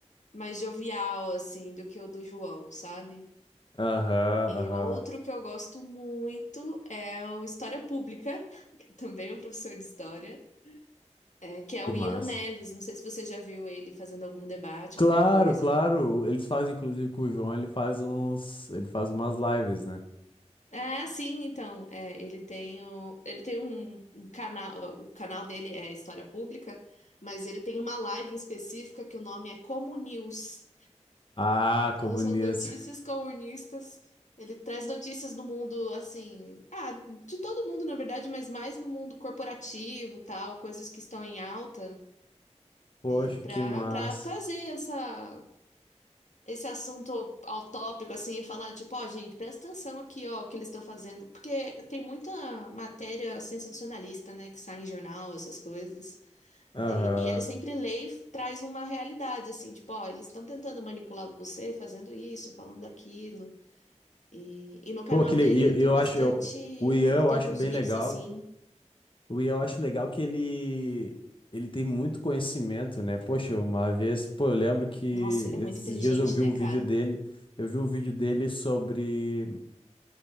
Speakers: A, on the left (about 85°); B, on the left (about 45°).
A: mais jovial, assim, do que o do João, sabe?
B: Aham,
A: E
B: aham.
A: outro que eu gosto muito é o História Pública, <laughs> que também é um professor de história. É, que é
B: Que
A: o
B: massa.
A: Ian Neves. Não sei se você já viu ele fazendo algum debate,
B: Claro,
A: alguma coisa.
B: claro. Eles fazem, inclusive, com o João, ele faz uns. Ele faz umas lives, né?
A: Ah, sim, então. é, ele tem o, ele tem um, um canal. O canal dele é História Pública, mas ele tem uma live em específica que o nome é Como News.
B: Ah,
A: Então
B: comunista.
A: são notícias comunistas. Ele traz notícias do mundo, assim, ah, de todo mundo, na verdade, mas mais do mundo corporativo, tal, coisas que estão em alta,
B: Poxa,
A: é, para
B: que massa.
A: para trazer essa esse assunto ao tópico, assim, e falar, tipo, ó, gente, presta atenção aqui, ó, o que eles estão fazendo. Porque tem muita matéria sensacionalista, né, que sai em jornal, essas coisas.
B: Aham.
A: E, e ele sempre lê e traz uma realidade, assim, tipo, ó, eles estão tentando manipular você, fazendo isso, falando aquilo. E, e no canal
B: Pô, que le...
A: dele
B: e-
A: ele tem
B: e eu
A: bastante,
B: acho. Eu... O Ian
A: ele
B: eu
A: tem
B: acho
A: alguns
B: bem
A: vídeos,
B: legal
A: assim,
B: O Ian, eu acho legal que ele ele tem muito conhecimento, né? Poxa, uma vez, pô, eu lembro que
A: Nossa, ele é muito
B: esses
A: inteligente,
B: dias eu vi
A: né,
B: um
A: cara?
B: vídeo dele, eu vi um vídeo dele sobre